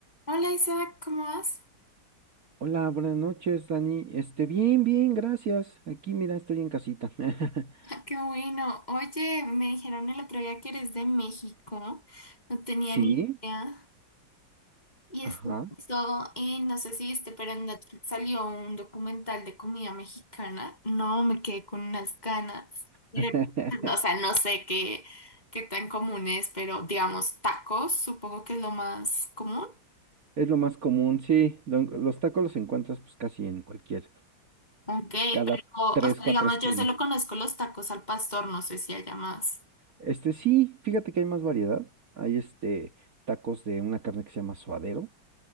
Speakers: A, on the left; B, on the right.
A: Hola Isaac, ¿cómo vas?
B: Hola, buenas noches, Dani. Este, bien, bien, gracias. Aquí, mira, estoy en casita. <laughs>
A: <laughs> Qué bueno. Oye, me dijeron el otro día que eres de México. No tenía
B: Sí,
A: ni idea. Y es
B: ajá.
A: que justo, eh, no sé si viste, pero en Netflix salió un documental de comida mexicana. No, me quedé con unas ganas. Pero,
B: <laughs>
A: <laughs> o sea, no sé qué, qué tan común es, pero digamos, tacos, supongo que es lo más común.
B: Es lo más común, sí. Lo- los tacos los encuentras pues casi en cualquier,
A: Ok,
B: cada
A: pero, o
B: tres,
A: sea,
B: cuatro
A: digamos,
B: esquinas.
A: yo solo conozco los tacos al pastor, no sé si haya más.
B: Este, sí, fíjate que hay más variedad. Hay este tacos de una carne que se llama suadero.